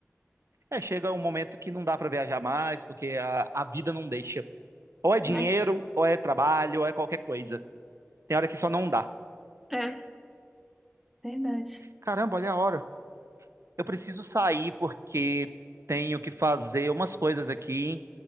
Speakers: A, on the right; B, in the centre.
A: É, chega um momento que não dá pra viajar mais, porque a, a vida não deixa. Ou é dinheiro,
B: É,
A: ou é trabalho, ou é qualquer coisa. Tem hora que só não dá.
B: é, verdade.
A: Caramba, olha a hora. Eu preciso sair porque tenho que fazer umas coisas aqui.